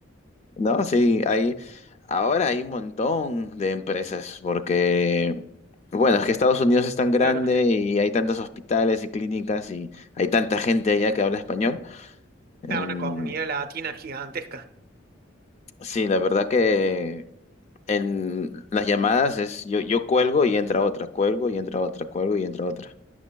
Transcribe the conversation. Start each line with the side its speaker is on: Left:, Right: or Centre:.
Left: No, sí, hay, ahora hay un montón de empresas porque, bueno, es que Estados Unidos es tan grande
Right: Claro.
Left: y hay tantos hospitales y clínicas y hay tanta gente allá que habla español. Em,
Right: a una comunidad latina gigantesca.
Left: sí, la verdad que en las llamadas es yo, yo cuelgo y entra otra, cuelgo y entra otra, cuelgo y entra otra.